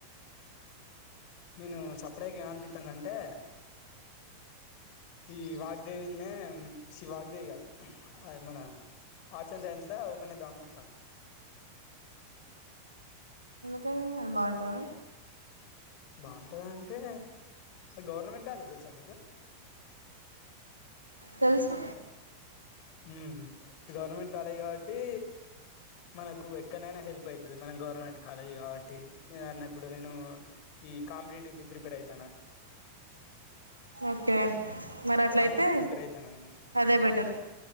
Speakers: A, on the left; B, on the right.
A: నేను సప్డేక ఏం అనిపిత్తందంటే ఈ వాగ్దేవిల్నే చి వాగ్దేవి కాదు మన ఆర్ట్స్ అండ్ సైన్స్ ఓపనిద్దామని చూత్తన్న
B: <inaudible> ఎందుకది బాగుంటందా
A: బాగుంటంద అంటే గవర్నమెంట్ కాలే తెలుసా మీకు
B: తెలుసు
A: ఉ గవర్నమెంట్ కాలేజ్ కాబట్టి మనకు ఎక్కనైనా హెల్ప్ అవుతుది మన గవర్నమెంట్ కాలేజీ కాబట్టి న అన్నప్పుడు నేను ఈ కాంపిటీటివ్ ప్రిపేర్ అవుతానా
B: హు ఓకే మరి అట్లయితే
A: ఆర్మీకి ప్రిపేర్ అయితానా నేను
B: అదే బెటర్